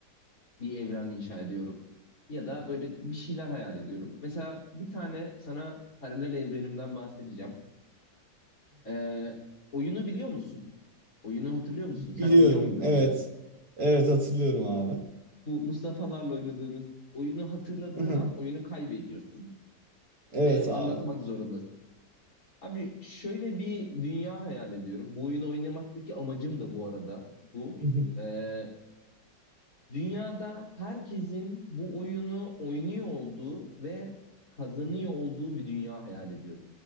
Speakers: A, on the left (about 50°); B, on the right (about 55°).
A: bir evren inşa ediyorum. Ya da böyle bir şeyler hayal ediyorum. Mesela bir tane sana paralel evrenimden bahsedeceğim. E, oyunu biliyor musun? Oyunu hatırlıyor musun? Sen
B: Biliyorum.
A: oynuyor muydun
B: Evet.
A: oyunu?
B: Evet hatırlıyorum abi.
A: Bu Mustafa'larla oynadığımız oyunu hatırladığın
B: <laughs>
A: an oyunu kaybediyorsun
B: Evet
A: ve
B: abi.
A: anlatmak zorundasın. Abi şöyle bir dünya hayal ediyorum. Bu oyunu oynamaktaki amacım da bu arada bu.
B: <laughs>
A: Ee, dünyada herkesin bu oyunu oynuyor olduğu ve kazanıyor olduğu bir dünya hayal ediyorum.